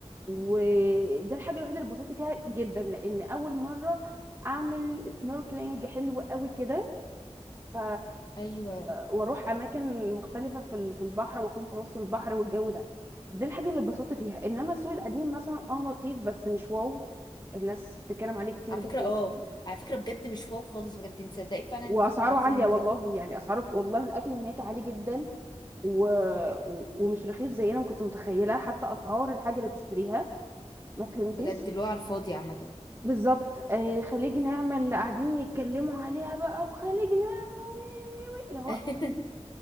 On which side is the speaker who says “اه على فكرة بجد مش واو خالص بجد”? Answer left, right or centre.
Left